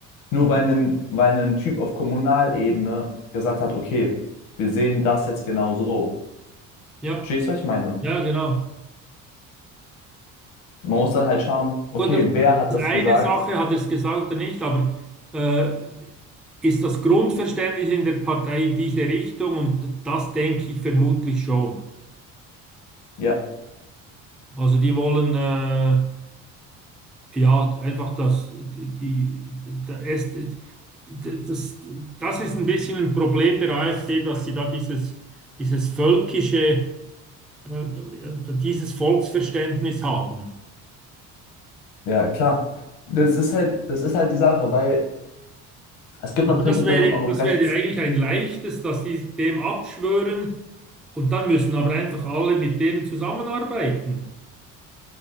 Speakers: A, on the left (about 80°); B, in the centre.
A: nur weil ein, weil ein Typ auf Kommunalebene gesagt hat, okay, wir sehen das jetzt genau so.
B: ja,
A: Verstehst du, was ich meine?
B: ja, genau.
A: Man muss dann halt schauen, okay,
B: Gut, das
A: wer hat
B: ist
A: das
B: eine
A: gesagt?
B: Sache, hat er es gesagt oder nicht, aber äh, ist das Grundverständnis in der Partei in diese Richtung? Und das denke ich vermutlich schon.
A: Ja,
B: Also die wollen äh, ja einfach das, die, die, da ist, das, das ist ein bisschen ein Problem der AfD, dass sie da dieses, dieses völkische, äh, dieses Volksverständnis haben.
A: ja, klar. Das ist halt, das ist halt die Sache, weil Es gibt
B: Aber
A: natürlich
B: das
A: in
B: wäre,
A: Deutschland auch noch
B: das
A: rechts.
B: wäre eigentlich ein leichtes, dass die dem abschwören und dann müssen aber einfach alle mit dem zusammenarbeiten.